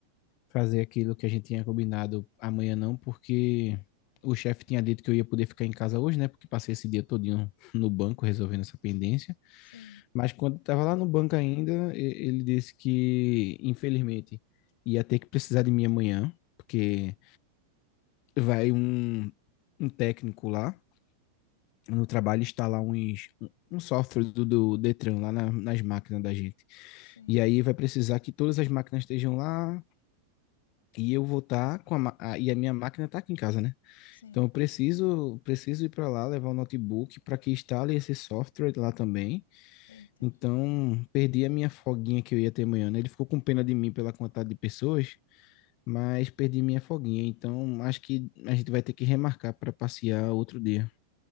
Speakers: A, on the left; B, on the left.
A: fazer aquilo que a gente tinha combinado amanhã, não, porque o chefe tinha dito que eu ia poder ficar em casa hoje, né? Porque passei esse dia todinho no banco resolvendo essa pendência.
B: Sim,
A: Mas quando eu tava lá no banco ainda, e- ele disse que, infelizmente, ia ter que precisar de mim amanhã, porque vai um, um técnico lá. no trabalho instalar uns, um software do, do Detran lá na- nas máquinas da gente.
B: sim,
A: E aí vai precisar que todas as máquinas estejam lá e eu vou estar com a, ma- a- e a minha máquina está aqui em casa, né?
B: sim.
A: Então eu preciso preciso ir para lá levar o notebook para que instale esse software lá também.
B: Eita,
A: Então perdi a minha folguinha que eu ia ter amanhã, né? Ele ficou com pena de mim pela quantidade de pessoas, mas perdi minha folguinha. Então acho que a gente vai ter que remarcar para passear outro dia,